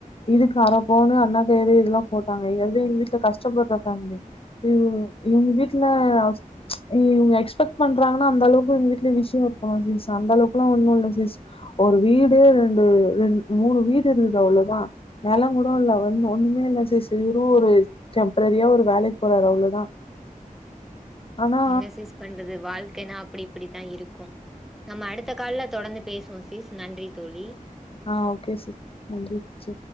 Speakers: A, on the left; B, in the centre.
A: இதுக்கு அரப்பவ்ணு அர்ணாக் கயிறு இதெல்லா போட்டாங்க ‌எதோ எங்க வீட்ல கஷ்டப்பட்ற ஃபேமிலி இவ்க இவ்ங்க வீட்ல ஹஸ் இ்வ்ங்க எக்ஸ்பக்ட் பண்றாங்ன்னா அந்த அளவுக்கு எங்க வீட்ல விஷ்யோ இருக்கனோ ஸிஸ் அந்த அளவுக்குல்லா ஒன்னு இல்ல ஸிஸ் ஒரு வீடு ரெண்டு ரெண் மூணு வீடு இருக்குது அவ்ளோதா நெலோங் கூட இல்ல வந்த ஒண்ணுமே இல்ல ஸிஸ் ஏதோ ஒரு டெம்பரரியா ஒரு வேலைக் போறாரு அவ்ளோதா ஆனா
B: என்ன ஸிஸ் பண்றது வாழ்க்கைனா அப்டி இப்டித்தா இருக்கும் நம்ம அடுத்த கால்ல தொடர்ந்து பேசுவோ ஸிஸ் நன்றி தோழி
A: அ ஓகே ஸிஸ் நன்றி வொச்